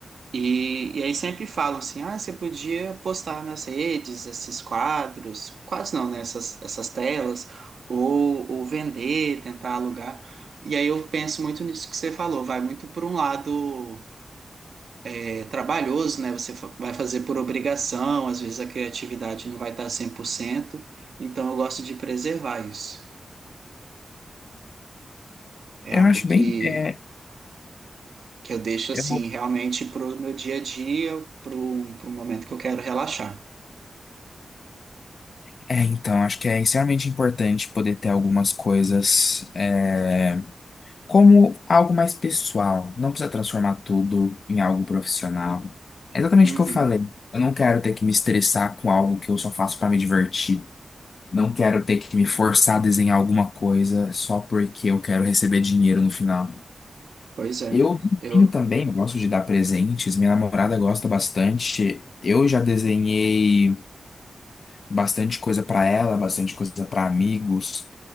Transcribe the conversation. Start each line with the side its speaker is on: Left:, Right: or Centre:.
Right: E, e aí sempre falam assim, ah, você podia postar nas redes esses quadros, quase não, né? Essas, essas telas, ou, ou vender, tentar alugar. E aí eu penso muito nisso que você falou, vai muito por um lado é, trabalhoso, né? Você fa- vai fazer por obrigação, às vezes a criatividade não vai estar 100%. então eu gosto de preservar isso. É
Left: Eu
Right: algo
Left: acho
Right: que,
Left: bem. É,
Right: que eu deixo assim,
Left: é bom.
Right: realmente pro meu dia a dia, pro, pro momento que eu quero relaxar.
Left: É, então, acho que é extremamente importante poder ter algumas coisas. É, como algo mais pessoal. Não precisa transformar tudo em algo profissional. É exatamente
Right: Uhum.
Left: o que eu falei. Eu não quero ter que me estressar com algo que eu só faço para me divertir. Não quero ter que me forçar a desenhar alguma coisa só porque eu quero receber dinheiro no final.
Right: Pois é,
Left: Eu desenho
Right: eu
Left: também, eu gosto de dar presentes. Minha namorada gosta bastante. Eu já desenhei bastante coisa para ela, bastante coisa para amigos.